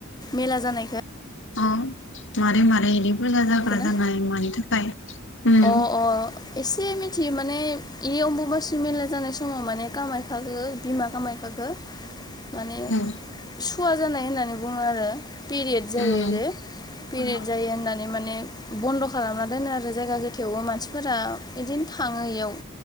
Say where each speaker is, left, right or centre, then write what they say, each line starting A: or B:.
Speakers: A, on the left (about 20°); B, on the left (about 60°).
A: मेला जानायखो
B: औ मारै मारै बिदि फुजा जाग्रा
A: बेखोना
B: जानाय मानि थाखाय उम
A: अ अ एसे मिथियो माने बे अमबाबासि मेला जानाय समाव माने खामायखाखो बिमा खामायखाखो
B: <unintelligible>
A: माने
B: उम
A: सुवा जानाय होननानै बुङो आरो। पिरियोद जायो
B: उम
A: जे पिरियोद
B: अ
A: जायो होननानै माने बन्द' खालामना दोनो आरो जायगाखो। थेवबो मानसिफोरा बिदिनो थाङो इयाव।